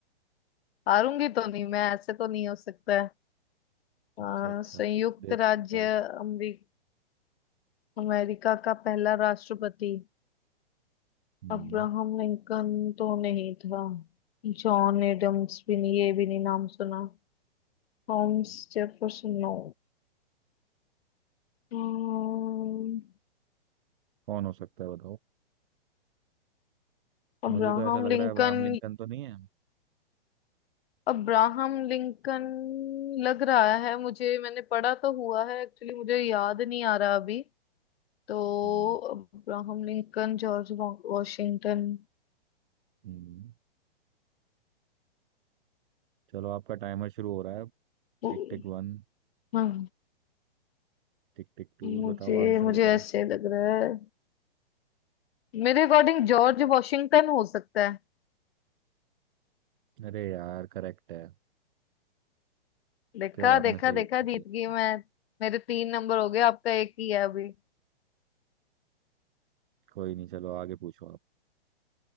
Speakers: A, on the left; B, on the right.
A: हारूंगी तो नहीं मैं ऐसे तो नहीं हो सकता है अ,
B: अच्छा अच्छा
A: संयुक्त
B: देखते
A: राज्य
B: हैं अब।
A: अमेरिका अमेरिका का पहला राष्ट्रपति
B: हम्म
A: अब्राहम लिंकन तो नहीं था जॉन एडम्स भी नहीं ये भी नहीं नाम सुना Thomas Jefferson no Hmm,
B: कौन हो सकता है बताओ
A: Abraham
B: मुझे तो ऐसा लग
A: Lincoln
B: रहा है अब्राहम लिंकन तो नहीं है
A: Abraham Lincoln लग रहा है मुझे मैंने पढ़ा तो हुआ है एक्चुअली मुझे याद नहीं आ रहा अभी तो
B: हम्म
A: अब्राहम लिंकन जॉर्ज वॉ- वॉशिंगटन
B: हम्म। चलो आपका टाइमर शुरू हो रहा है
A: उ-
B: Tick tick one
A: हाँ
B: Tick tick two
A: मुझे
B: बताओ आंसर
A: मुझे
B: बताओ
A: ऐसे लग रहा है मेरे अकॉर्डिंग जॉर्ज वॉशिंगटन हो सकता है
B: अरे यार करेक्ट है
A: देखा
B: फिर आपने
A: देखा
B: सही
A: देखा
B: बता
A: जीत
B: दिया
A: गई मैं मेरे तीन नंबर हो गए आपका एक ही है अभी
B: कोई नहीं चलो आगे पूछो आप